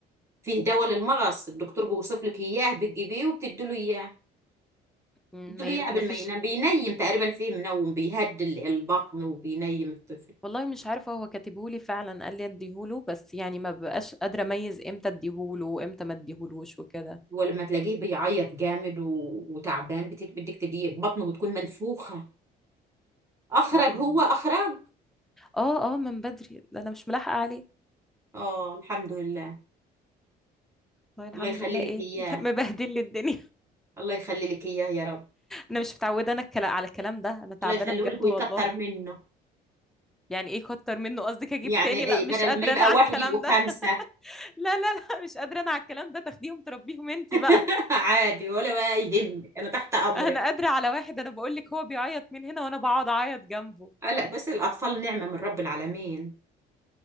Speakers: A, on the right (about 15°); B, in the centre.
A: فيه دواء للمغص الدكتور بيوصف لك اياه بتجيبيه وبتدي له اياه
B: مم،
A: قلت له
B: ما ي-
A: يعمل
B: ما فيش
A: ما ينام بينيم تقريبا فيه منوم بيهدي ال- البطن وبينيم الطفل
B: والله مش عارفه هو كاتبهولي فعلا قال لي اديهوله بس يعني ما بقاش قادره اميز امتى اديهوله وامتى ما اديهولوش وكده
A: ولما تلاقيه بيعيط جامد و... وتعبان بت- بدك تديه بطنه بتكون منفوخة أخرج
B: مم.
A: هو أخرج
B: اه اه من بدري ده انا مش ملاحقه عليه
A: آه الحمد لله
B: والله
A: الله
B: الحمد
A: يخلي
B: لله ايه
A: لك إياه
B: <laughs> مبهدل لي الدنيا
A: الله يخلي لك إياه يا رب
B: انا مش متعوده انا الكلا- على الكلام ده انا تعبانه
A: الله يخليه
B: بجد
A: لك ويكتر
B: والله
A: منه
B: يعني ايه كتر منه قصدك اجيب
A: يعني
B: تاني لا
A: إيه،
B: مش
A: بدل
B: قادره
A: ما يبقى
B: انا على
A: واحد
B: الكلام
A: يبقوا
B: ده
A: خمسة
B: <laughs> لا لا لا مش قادره انا على الكلام ده تاخديهم تربيهم انت
A: <laughs>
B: بقى
A: عادي ولا بقى يهمك أنا تحت أمرك
B: <laughs> انا قادره على واحد انا بقول لك هو بيعيط من هنا وانا بقعد اعيط جنبه
A: آه، لا بس الأطفال نعمة من رب العالمين